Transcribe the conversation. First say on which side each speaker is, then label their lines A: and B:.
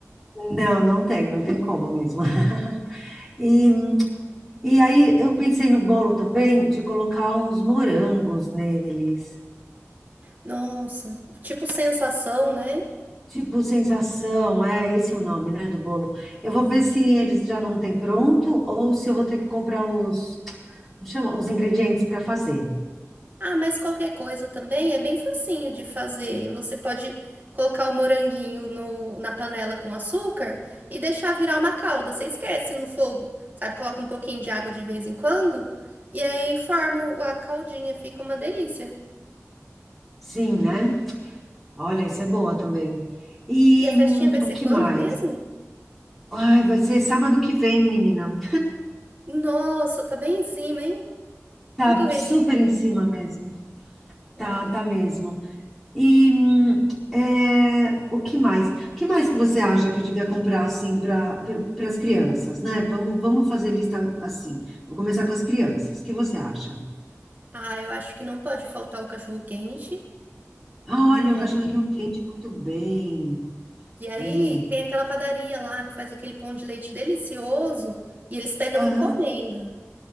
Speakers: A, in the centre; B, on the right.
A: Não, não tem, não tem como mesmo. <laughs> E, e aí eu pensei no bolo também de colocar uns morangos neles.
B: Nossa, tipo sensação, né?
A: Tipo, sensação, é esse é o nome, né, do bolo. Eu vou ver se eles já não têm pronto ou se eu vou ter que comprar os, como chama, os ingredientes para fazer.
B: Ah, mas qualquer coisa também é bem facinho de fazer. Você pode colocar o moranguinho no- na panela com açúcar e deixar virar uma calda. Você esquece no fogo, sabe? Coloca um pouquinho de água de vez em quando e aí forma o- a caldinha, fica uma delícia.
A: Sim, né? Olha, isso é boa também. E
B: E a festinha
A: hum,
B: vai
A: o
B: ser
A: que
B: quando
A: mais?
B: mesmo?
A: Ai, vai ser sábado que vem, menina.
B: Nossa, tá bem em cima, hein?
A: Tá
B: Que correria.
A: super em cima mesmo.
B: Olha,
A: Tá, tá mesmo. E hum, é, o que mais? O que mais que você acha que eu devia comprar assim para para as crianças, né? Vamos, vamos fazer lista assim. Vou começar com as crianças. O que você acha?
B: ah, eu acho que não pode faltar o cachorro quente,
A: Ah,
B: né?
A: olha, um cachorrinho quente, muito bem.
B: E aí
A: Aí,
B: tem aquela padaria lá que faz aquele pão de leite delicioso e eles pegam
A: aham.
B: encomenda.